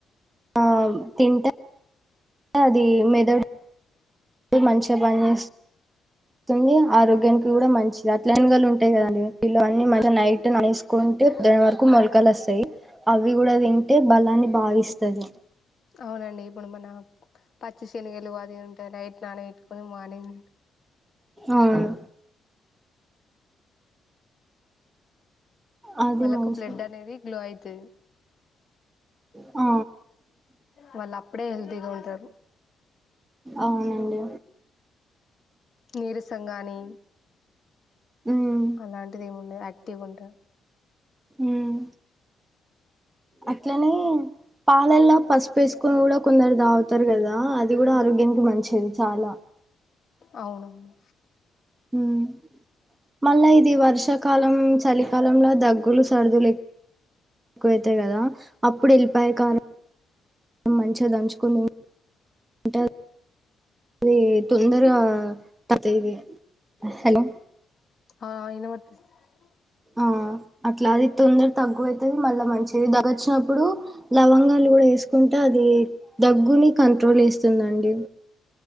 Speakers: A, on the right; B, on the left.
A: ఆ తింటే, అది మెదడు, మంచిగ పని చేస్ తుంది ఆరోగ్యానికి కూడా మంచిది అట్లనే శనగలు ఉంటాయి కదండి కిలో అన్ని మంచిగా నైట్ నానేసుకుంటే ఉదయం వరకు మొలకలొస్తయి అవి గూడా తింటే బలాన్ని బాగిస్తది
B: అవునండి ఇప్పుడు మన పచ్చి శనగలు ఉంటాయ్ నైట్ నానబెట్టుకొని మార్నింగ్ దింటె
A: అవును అది
B: వాళ్ళకు
A: మంచిది
B: బ్లడ్ అనేది గ్లో అయితది
A: ఆ
B: వాళ్ళు అప్పుడే హెల్తీగా ఉంటరు.
A: అవునండి
B: నీరసంగానీ
A: ఉమ్
B: అలాంటిది ఏముండదు యాక్టివ్ గుంటరు.
A: ఉమ్ అట్లనే పాలల్లా పసుపు ఏసుకొని కూడా కొందరు దాగుతారు గదా అది గూడా ఆరోగ్యానికి మంచిది చాలా
B: అవునవును
A: ఉమ్ మళ్ళా ఇది వర్షాకాలం చలికాలంల దగ్గులు సర్దులు ఎక్కువైతయ్ గదా అప్పుడు ఎళ్ళిపాయ కారం మంచిగా దంచుకొని తింటే ఇది తొందర తగ్గుత ఇవి హలో
B: ఆ <unintelligible>
A: ఆ అట్లా అది తొందర తగ్గువైతది మళ్ళా మంచిది దగ్గొచ్చినప్పుడు లవంగాలు గూడా వేసుకుంటే అది దగ్గుని కంట్రోల్ ఇస్తుందండి